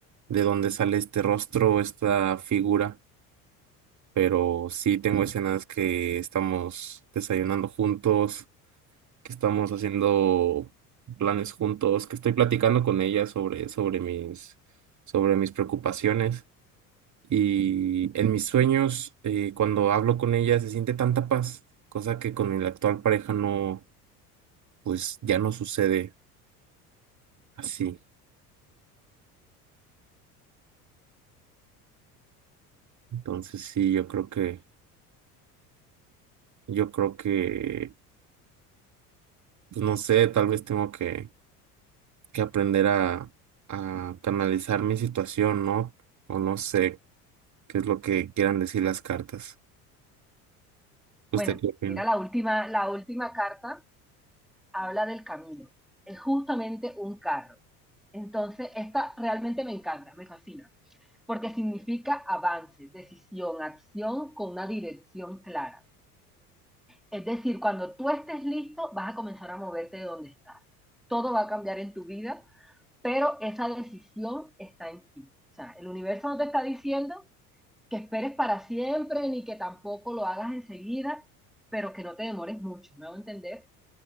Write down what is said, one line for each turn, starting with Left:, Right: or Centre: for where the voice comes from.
Right: de dónde sale este rostro, esta figura, pero sí tengo escenas que estamos desayunando juntos que estamos haciendo planes juntos, que estoy platicando con ella sobre, sobre mis, sobre mis preocupaciones. Y en mis sueños, eh, cuando hablo con ella, se siente tanta paz, cosa que con mi actual pareja no, pues ya no sucede así. Entonces sí, yo creo que, yo creo que, pues no sé, tal vez tengo que, que aprender a, a canalizar mi situación, ¿no? O no sé qué es lo que quieran decir las cartas. ¿Usted
Centre: Bueno,
Right: qué opina?
Centre: mira la última, la última carta habla del camino. Es justamente un carro. Entonces, esta realmente me encanta, me fascina. porque significa avance, decisión, acción con una dirección clara. Es decir, cuando tú estés listo, vas a comenzar a moverte de donde estás. Todo va a cambiar en tu vida, pero esa decisión está en ti. O sea, el universo no te está diciendo que esperes para siempre ni que tampoco lo hagas enseguida, pero que no te demores mucho, me hago entender.